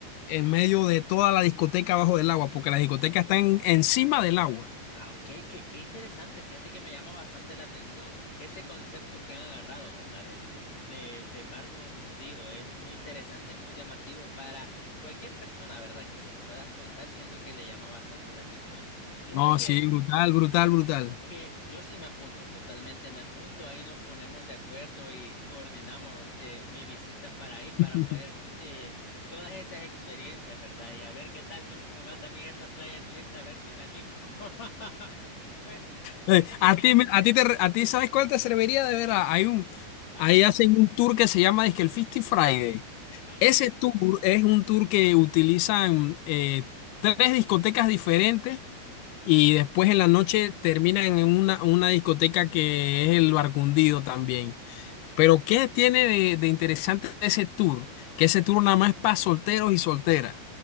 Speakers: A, on the left; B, on the left.
A: en medio de toda la discoteca abajo del agua, porque la discoteca está en- encima del agua.
B: Ah, ok, qué, qué interesante. Fíjate que me llama bastante la atención ese concepto que han agarrado, ¿verdad? De, de- del barco hundido. Es muy interesante, muy llamativo para cualquier persona, ¿verdad? Que se lo puedas contar. Siento que le llama bastante la atención. Fíjate
A: No,
B: que
A: sí, brutal, brutal, brutal.
B: que yo sí me apunto, totalmente me apunto, ahí nos ponemos de acuerdo y coordinamos eh, mi visita para ahí para
A: <laughs>
B: poder vi- eh, todas esas experiencias, ¿verdad? Y a ver qué tal, cómo me va también esa playa nudista, a ver si me animo. <laughs> Pues,
A: Eh,
B: fíjate,
A: A ti, mira, a ti, te, re- a ti ¿sabes cuál te serviría de ver? Hay un,
B: ajá,
A: ahí hacen un tour que se llama dizque el Fisty Friday.
B: ah, ok.
A: Ese tour es un tour que utilizan eh, tres discotecas diferentes y después en la noche terminan en una, una discoteca que es el Barcundido también. Pero ¿qué tiene de, de interesante ese tour? Que ese tour nada más es para solteros y solteras.